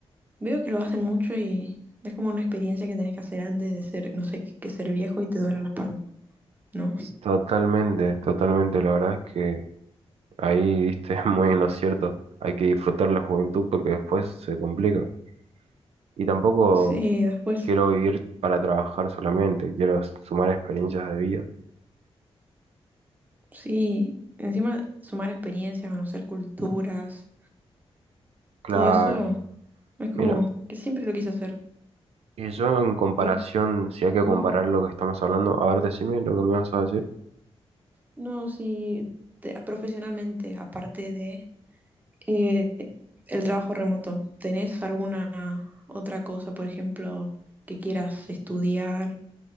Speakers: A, on the right; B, on the right.
A: Veo que lo hacen mucho y es como una experiencia que tenés que hacer antes de ser, no sé, que, que ser viejo y te duele la espalda, ¿no?
B: Totalmente, totalmente. La verdad es que ahí diste <laughs> muy en lo cierto. Hay que disfrutar la juventud porque después se complica. Y tampoco
A: Sí, después,
B: quiero vivir para trabajar solamente, quiero sumar experiencias de vida.
A: sí, encima sumar experiencia, conocer culturas,
B: Claro.
A: todo eso es como
B: Mira,
A: que siempre lo quise hacer.
B: Y yo en comparación,
A: Y
B: si hay que
A: ujú.
B: comparar lo que estamos hablando, a ver, decime lo que me vas a decir.
A: no, sí, te- profesionalmente, aparte de eh, el trabajo remoto, ¿tenés alguna otra cosa, por ejemplo, que quieras estudiar,